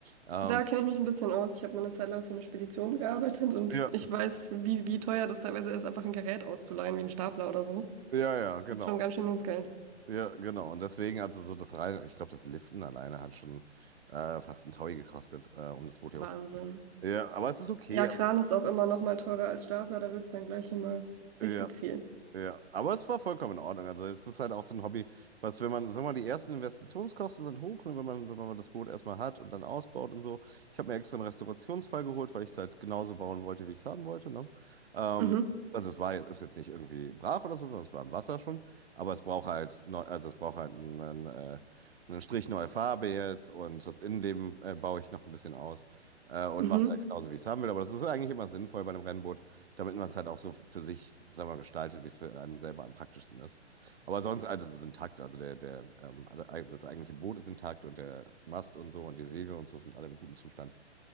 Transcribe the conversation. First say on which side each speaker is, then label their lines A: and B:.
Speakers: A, on the right; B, on the right.
A: Ähm,
B: Da kenne ich mich ein bisschen aus. Ich habe mal eine Zeit lang für eine Spedition gearbeitet und
A: ja,
B: ich weiß, wie, wie teuer das teilweise ist, einfach ein Gerät auszuleihen, wie ein Stapler oder so.
A: ja, ja, genau.
B: Geht schon ganz schön ins Geld.
A: Ja, genau. Und deswegen, also so das rein, ich glaube, das Liften alleine hat schon äh, fast einen Taui gekostet, äh, um das Boot
B: Wahnsinn.
A: hier hochzubringen. Ja, aber es ist okay.
B: Ja, Kran ist auch immer noch mal teurer als Stapler, da wird es dann gleich immer
A: Ja,
B: richtig viel.
A: Ja, aber es war vollkommen in Ordnung. Also es ist halt auch so ein Hobby, was, wenn man, sag mal, die ersten Investitionskosten sind hoch, ne, wenn man, sag mal, das Boot erstmal hat und dann ausbaut und so. Ich habe mir extra einen Restaurationsfall geholt, weil ich es halt genauso bauen wollte, wie ich es haben wollte, ne? Ähm,
B: Mhm,
A: also es war, ist jetzt nicht irgendwie brach oder so, sondern es war im Wasser schon. Aber es braucht halt, neu, also es braucht halt einen, äh, einen Strich neue Farbe jetzt und das Innenleben äh, baue ich noch ein bisschen aus äh, und
B: mhm.
A: mache es halt genauso, wie ich es haben will. Aber das ist eigentlich immer sinnvoll bei einem Rennboot damit man es halt auch so für sich, sag mal, gestaltet, wie es für einen selber am praktischsten ist. Aber sonst alles ist intakt. Also der, der, ähm, alle- eig- das eigentliche Boot ist intakt und der Mast und so und die Segel und so sind alle im guten Zustand.